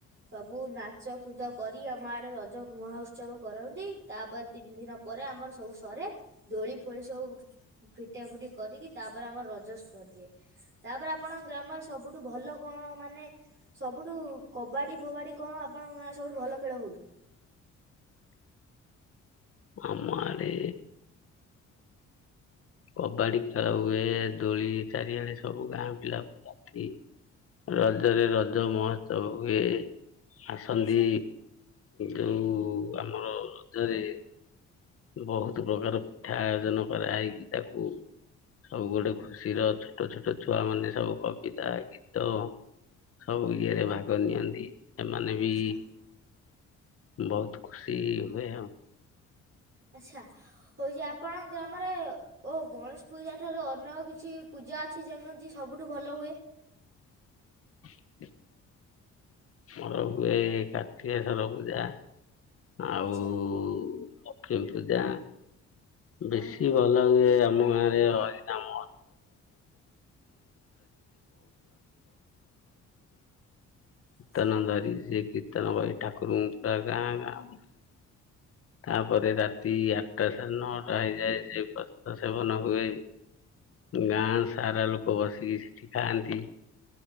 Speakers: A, on the right (about 40°); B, on the left (about 50°).
A: ସବୁ ନାଚ କୁଦ କରି ଆମ ଆଡେ ରଜ ମହୋତ୍ସବ କରନ୍ତି, ତାପରେ ତିନି ଦିନ ପରେ ଆମର ସବୁ ସରେ ଦୋଳି ଫୋଳି ସବୁ ଫିଟା ଫୁଟି କରିକି ତାପରେ ଆମର ରଜ ସରିଯାଏ। ତାପରେ ଆପଣଙ୍କ ଗ୍ରାମରେ ସବୁଠୁ ଭଲ କଣ ମାନେ ସବୁଠୁ କବାଡି ଫବାଡି କଣ ଆପଣଙ୍କ ଗାଁରେ ସବୁଠୁ ଭଲ ଖେଳ ହୁଏ?
B: ଆମା ରେ କବାଡ଼ି ଖେଳ ହୁଏ ଦୋଳି ଚାରିଆଡେ ସବୁ ଗାଁ ପିଲା <unintelligible> ରଜରେ ରଜ ମହୋତ୍ସବ ହୁଏ। ଆସନ୍ତି
A: ଆଚ୍ଛା
B: ଯୋଉ ଆମର ରଜରେ ବହୁତ ପ୍ରକାର ପିଠା ଆୟୋଜନ କରା ହେଇକି ତାକୁ ସବୁ ଗୋଟେ ଖୁସିର ଛୋଟ ଛୋଟ ଛୁଆ ମାନେ ସବୁ କବିତା ଗୀତ। ସବୁ ଇଏରେ ଭାଗ ନିଅନ୍ତି। ଏମାନେ
A: ଆଚ୍ଛା।
B: ବି ବହୁତ ଖୁସି ହୁଏ ଆଉ।
A: ଆଚ୍ଛା ହେଉଛି ଆପଣ ଗ୍ରାମରେ ଓ ଗଣେଶ ପୂଜା ଠାରୁ ଅନ୍ୟ କିଛି ପୂଜା ଅଛି ଯେମିତିତି ସବୁଠୁ ଭଲ ହୁଏ?
B: <inaudible> ମୋର ହୁଏଇ କାର୍ତ୍ତିକେସ୍ୱର ପୂଜା। ଆଉ
A: ଆଚ୍ଛା
B: ଲକ୍ଷ୍ମୀ ପୂଜା। ବେଶୀ
A: ହଁ
B: ଭଲ ଏ ଆମ ଗାଁ ରେ ହରିନାମ
A: ଆଚ୍ଛା
B: <unintelligible> ତନଧାରୀ ସେ କିର୍ତ୍ତନ ଭାଇ ଠାକୁରଙ୍କୁ ପୁରା ଗାଁ ଗାଁ। ତାପରେ ରାତି ଆଠଟା ସାଢେ ନଅଟା ହେଇଯାଏ ସେ ତ ସେବନ ହୁଏ। ଗାଁ ସାରା ଲୋକ ବସିକି ସେଠି ଖାଆନ୍ତି,